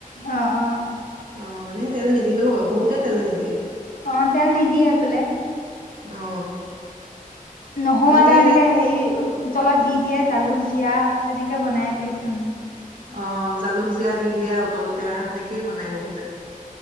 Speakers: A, on the left; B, on the right.
A: অ অ
B: অ' এনেই তেল নিদিলেও হয়। বহুতে তেল নিদিয়ে।
A: অ তেল নিদিয়ে বোলে
B: অ
A: নহৰু
B: তাকে
A: আদা এনেকে হেৰি তলত দি দিয়ে জালুক, জিৰা। তেনেকে বনাই বুলি শুনো।
B: অ' জালুক জিৰা দি দিয়ে উতলতে অ সেনেকেই বনাই বহুতে।